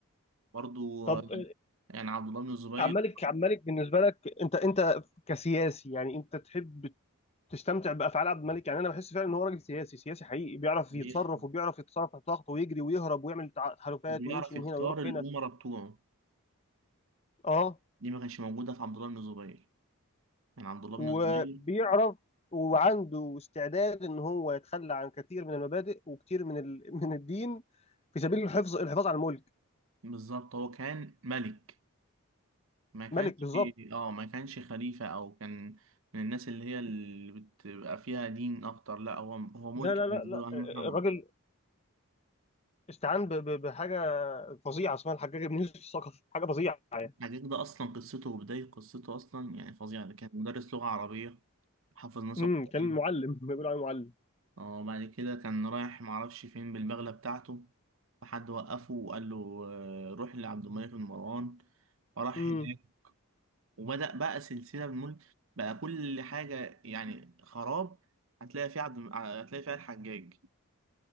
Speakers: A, on the right; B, on the left.
A: برضو
B: طب آه،
A: يعني عبد الله بن الزبير
B: عمالك عمالك بالنسبه لك انت انت كسياسي يعني انت تحب تستمتع بافعال عبد الملك يعني انا بحس فعلا ان هو راجل سياسي سياسي حقيقي بيعرف
A: بيخ-
B: يتصرف وبيعرف يتصرف تحت ضغط ويجري ويهرب ويعمل تع- تحالفات
A: بيعرف
B: ويمشي من
A: يختار
B: هنا ويروح
A: الأمراء
B: هنا
A: بتوعه
B: اه
A: دي ما كانش موجودة في عبد الله بن الزبير يعني عبد الله
B: وبيعرف
A: بن الزبير
B: وعنده استعداد ان هو يتخلى عن كثير من المبادئ وكثير من ال... من الدين في سبيل الحفظ الحفاظ على الملك
A: بالظبط هو كان ملك ما كانش
B: ملك بالظبط
A: اه ما كانش خليفة او كان من الناس اللي هي اللي بتبقى فيها دين اكتر لا هو هو ملك
B: لا لا لا
A: بالنسبة
B: لا
A: له اهم احنا ملك
B: الراجل استعان ب... ب... بحاجه فظيعه اسمها الحجاج بن يوسف الثقفي حاجه فظيعه يعني
A: حاجة ده اصلا قصته وبداية قصته اصلا يعني فظيعة ده كان مدرس لغة عربية حافظ ناس
B: امم
A: القرآن
B: كان معلم بيقولوا عليه معلم
A: اه بعد كده كان رايح معرفش فين بالبغلة بتاعته فحد وقفه وقال له آه، روح لعبد الملك بن مروان فراح
B: امم
A: هناك وبدأ بقى سلسلة بالملك بقى كل حاجة يعني خراب هتلاقي فيها عبد هتلاقي فيها الحجاج